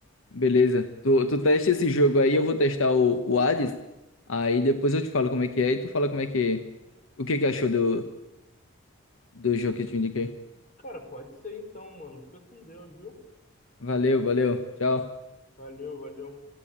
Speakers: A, on the left; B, on the left.
A: Beleza. Tu, tu testa esse jogo aí, eu vou testar o, o Hades. Aí depois eu te falo como é que é e tu fala como é que. O que que achou do, do jogo que eu te indiquei.
B: Cara, pode ser então, mano. Fica com Deus, viu?
A: Valeu, valeu. Tchau.
B: Valeu, valeu.